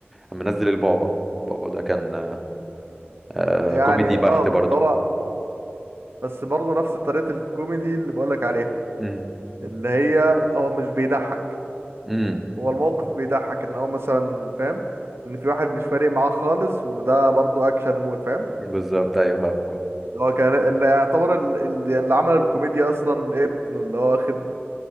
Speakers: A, in the centre; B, on the right.
A: أما نزل البعبع البعبع ده كان آه آه،
B: يعني
A: كوميدي بحت
B: اه
A: برضه
B: بس هو بس برضه نفس طريقة الكوميدي اللي بقولك عليها
A: امم
B: اللي هي هو مش بيضحك
A: امم
B: هو الموقف بيضحك ان هو مثلا فاهم ان في واحد مش فارق معاه خالص وده برضه اكشن مود فاهم
A: بالظبط ايوه فاهمك فاهم.
B: اللي هو كان اللي يعتبر ال- ال- يعني اللي عمل الكوميديا اصلا ابنه اللي هو واخد